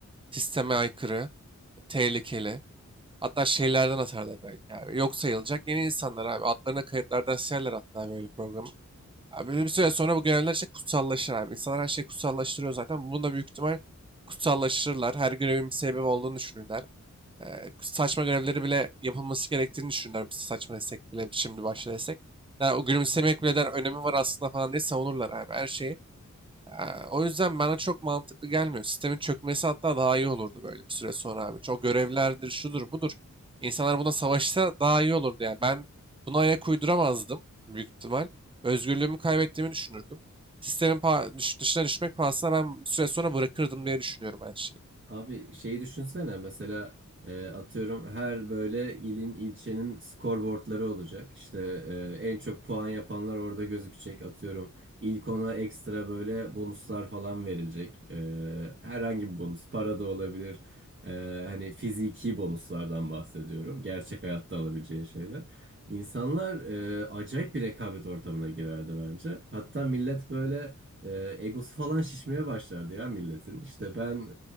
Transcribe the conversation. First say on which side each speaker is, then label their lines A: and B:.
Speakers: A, on the right; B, on the right.
A: sisteme aykırı, tehlikeli. Hatta şeylerden atarlar belki abi. Yok sayılacak yeni insanlar abi. Adlarına kayıtlardan silerler hatta böyle programı. Abi bir süre sonra bu görevler işte kutsallaşır abi. İnsanlar her şeyi kutsallaştırıyor zaten. Bunu da büyük ihtimal kutsallaştırırlar. Her görevin bir sebebi olduğunu düşünürler. Eee, saçma görevleri bile yapılması gerektiğini düşünürler. Biz saçma desek bile şimdi başla desek. Yani o gülümsemek bile der önemi var aslında falan diye savunurlar abi her şeyi. Ee, o yüzden bana çok mantıklı gelmiyor. Sistemin çökmesi hatta daha iyi olurdu böyle bir süre sonra abi. Çok görevlerdir, şudur, budur. İnsanlar buna savaşsa daha iyi olurdu yani. Ben buna ayak uyduramazdım büyük ihtimal. Özgürlüğümü kaybettiğimi düşünürdüm. Sistemin pa- düş- dışına düşmek pahasına ben bir süre sonra bırakırdım diye düşünüyorum her şeyi.
B: Abi şeyi düşünsene mesela e, atıyorum her böyle ilin ilçenin skorboardları olacak. İşte e, en çok puan yapanlar orada gözükecek atıyorum. İlk ona ekstra böyle bonuslar falan verilecek. E, herhangi bir bonus para da olabilir. E, hani fiziki bonuslardan bahsediyorum. Gerçek hayatta alabileceğin şeyler. İnsanlar e, acayip bir rekabet ortamına girerdi bence. Hatta millet böyle... E, egosu falan şişmeye başlardı ya milletin. İşte ben